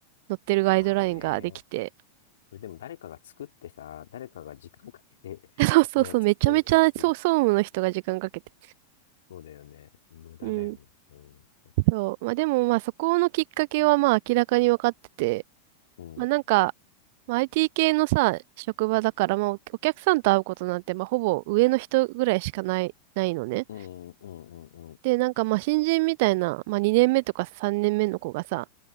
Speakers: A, on the right (about 50°); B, on the left (about 60°).
A: 載ってるガイドラインができて、
B: まあね。これでも誰かが作ってさ、誰かが時間かけて
A: <laughs> そうそうそう、
B: <laughs> ね、作ってるからすぐ、
A: めちゃめちゃ、そう、総務の人が時間かけて。
B: そうだよね。無駄だよね。
A: うん。
B: そういうのって。
A: そう。まあでも、まあそこのきっかけはまあ明らかに分かってて、
B: うん
A: まあなんか、まあ、IT 系のさ、職場だから、まあおお客さんと会うことなんて、まあほぼ上の人ぐらいしかない、ないのね。
B: うん、うん、うん、うん、
A: で、なんかまあ新人みたいな、まあ2年目とか3年目の子がさ、